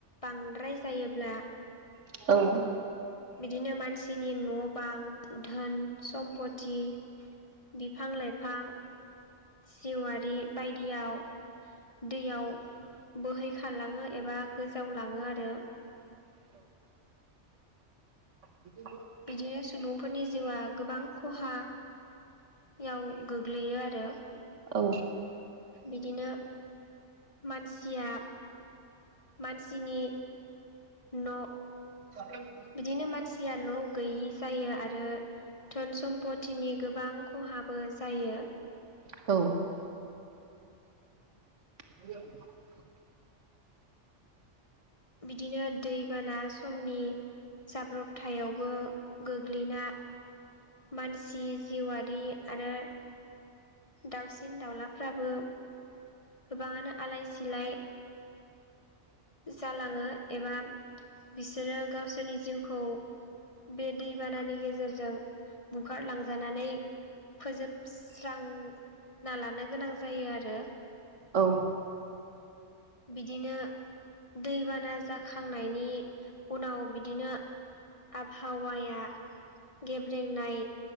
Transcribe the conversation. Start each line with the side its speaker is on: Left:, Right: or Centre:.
Left: बांद्राय जायोब्ला
Right: औ
Left: बिदिनो मानसिनि न' बां धोन सम्पथि बिफां लाइफां जिवारि बायदियाव दैयाव बोहैखारलाङो एबा गोजावलाङो आरो
Right: <inaudible>
Left: बिदिनो सुबुंफोरनि जिउआ गोबां खहा याव गोग्लैयो आरो
Right: औ
Left: बिदिनो मानसिया मानसिनि न'
Right: ब
Left: बिदिनो मानसिया न' गैयि जायो आरो धोन सम्पतिनि गोबां खहाबो जायो
Right: औ <inaudible>
Left: बिदिनो दैबाना समनि जाब्रबथायावबो गोग्लैना मानसि जिउआरि आरो दाउसिन दाउलाफ्राबो गोबाङानो आलाय सिलाय जालाङो एबा बिसोरो गावसोरनि जिउखौ बे दैबानानि गेजेरजों बुखारलांजानानै फोजोबस्रांना लानो गोनां जायो आरो
Right: औ
Left: बिदिनो दैबाना जाखांनायनि उनाव बिदिनो आबहावाया गेब्रेंनाय